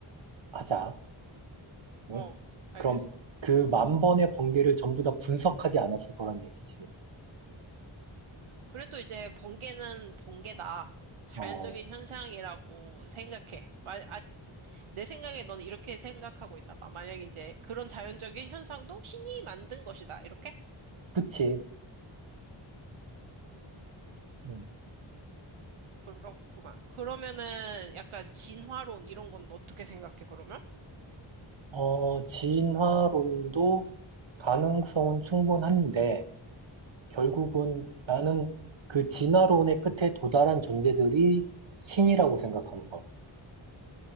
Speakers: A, on the right; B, on the right.
A: 생각하자. 응?
B: 어, 알겠어.
A: 그럼 그 만 번의 번개를 전부 다 분석하지 않았을 거란 얘기지.
B: 그래도 이제 번개는 번개다. 자연적인
A: 어,
B: 현상이라고 생각해. 마- 아, 내 생각에 너는 이렇게 생각하고 있나 봐. 만약 이제 그런 자연적인 현상도 신이 만든 것이다. 이렇게?
A: 그치.
B: 음.
A: 음.
B: 그렇구만. 그러면은 약간 진화론 이런 건 어떻게 생각해, 그러면?
A: 어, 진화론도 가능성은 충분한데, 결국은 나는 그 진화론의 끝에 도달한 존재들이 신이라고 생각하는 거야.